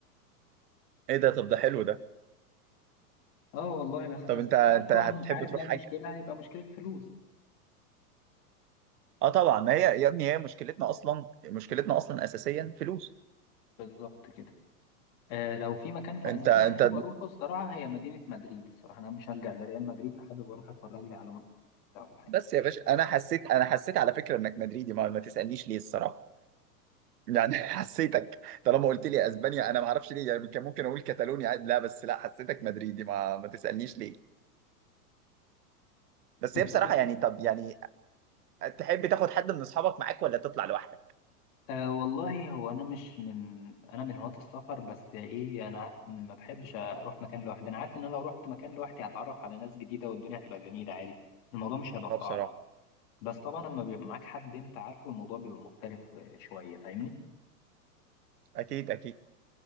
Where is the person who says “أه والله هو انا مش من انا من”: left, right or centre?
Left